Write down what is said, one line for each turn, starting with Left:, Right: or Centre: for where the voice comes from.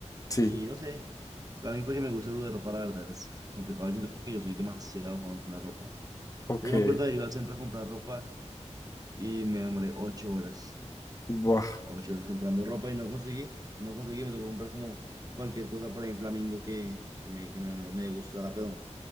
Left: Sí,
Right: y no sé, para mí porque me gusta algo de ropa, la verdad es complicado. Yo siento que yo soy demasiado joven con la ropa. O
Left: ok.
Right: sea, Yo me acuerdo de ir al centro a comprar ropa y me demoré ocho horas.
Left: Buah.
Right: O chicos, comprando ropa y no conseguí. No conseguí, me tocó comprar como cualquier cosa por ahí en Flamingo que, que me, que me, me gustara, pero